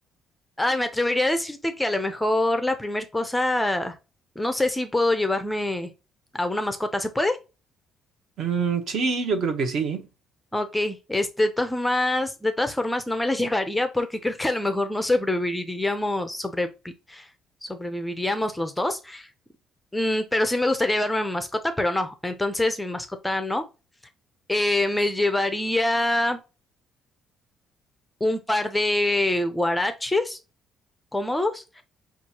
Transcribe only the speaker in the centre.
ay, me atrevería a decirte que a lo mejor la primera cosa, no sé si puedo llevarme a una mascota. ¿Se puede?
Ok, este, de todas formas, de todas formas no me la <laughs> llevaría porque creo que a lo mejor no sobreviviríamos, sobrevi- sobreviviríamos los dos. Mm, pero sí me gustaría llevarme mi mascota, pero no. Entonces mi mascota no. Eh, me llevaría un par de guaraches cómodos.